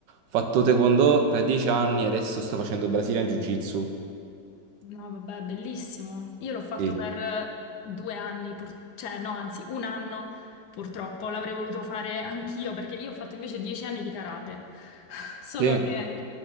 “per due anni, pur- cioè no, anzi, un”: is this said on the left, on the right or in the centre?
Left